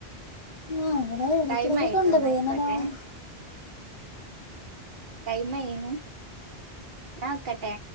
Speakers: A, on the left; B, on the right.
A: ആ ഇവിടെ ഇടയ്ക്കിടയ്ക്കൊക്കെ
B: ടൈമായിട്ടോ
A: ഉണ്ട്
B: ന്നയ്ക്കോട്ടെ
A: വേനലാകും
B: ടൈമ ഇയ്ന് ന്നാ വെക്കട്ടെ